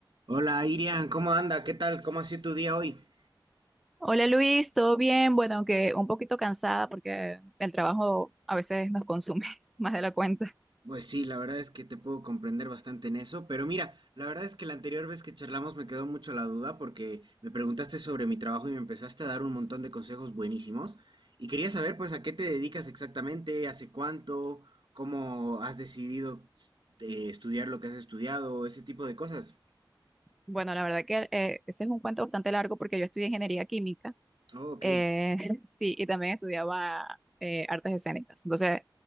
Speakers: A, on the right (about 70°); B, in the centre.
A: Hola Irian, ¿cómo anda? ¿Qué tal? ¿Cómo ha sido tu día hoy?
B: Hola Luis, ¿todo bien? Bueno, aunque un poquito cansada porque el trabajo a veces nos consume <laughs> más de la cuenta.
A: Pues sí, la verdad es que te puedo comprender bastante en eso, pero mira, la verdad es que la anterior vez que charlamos me quedó mucho la duda porque me preguntaste sobre mi trabajo y me empezaste a dar un montón de consejos buenísimos y quería saber pues a qué te dedicas exactamente, hace cuánto, cómo has decidido eh, estudiar lo que has estudiado, ese tipo de cosas.
B: Bueno, la verdad que eh, ese es un cuento bastante largo porque yo estudié ingeniería química,
A: Oh, ok,
B: eh, <laughs> sí, y también estudiaba eh, artes escénicas. Entonces,